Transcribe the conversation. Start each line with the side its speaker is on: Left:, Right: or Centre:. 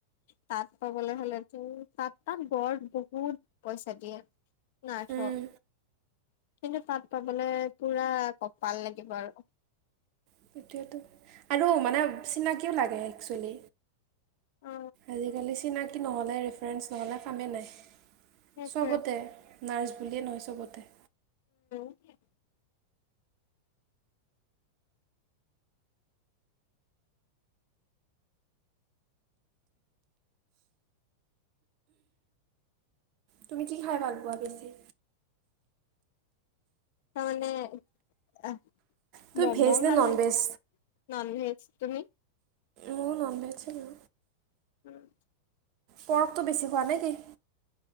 Left: তাত পাবলৈ হ'লেতো তাত না গড় বহুত পইচা দিয়ে। নাৰ্ছক।
Right: উম,
Left: কিন্তু তাত পাবলে পুৰা কপাল লাগিব আৰু।
Right: সেইটোৱেইটো, আৰু মানে চিনাকিও লাগে একচুৱেলি।
Left: অ
Right: আজিকালি চিনাক কি নহ'লে ৰেফাৰেঞ্চ নহ'লে কামেই নাই।
Left: সেইটোৱে
Right: চবতে। নাৰ্ছ বুলিয়ে নহয় চবতে।
Left: <unintelligible>
Right: তুমি কি খাই ভাল পোৱা বেছি?
Left: মই মানে আহ!
Right: তুমি
Left: মম'
Right: ভেজ নে
Left: ভাল
Right: নন
Left: লাগে
Right: ভেজ?
Left: ননভে তুমি?
Right: মোৰ ননভেজ চলে।
Left: অ'।
Right: পৰ্কটো বেছি খোৱা নে কি?